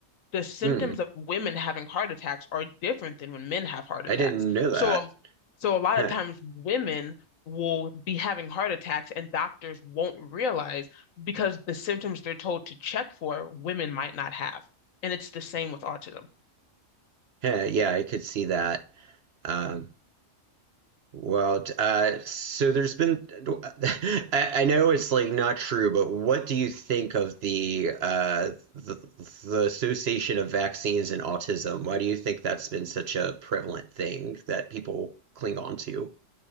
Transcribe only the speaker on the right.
Hmm,
I didn't know
that.
Huh.
Huh, yeah, I could see that. Um, Well, uh, so there's been, I, I know it's like not true, but what do you think of the, uh, the the association of vaccines and autism? Why do you think that's been such a prevalent thing that people cling on to?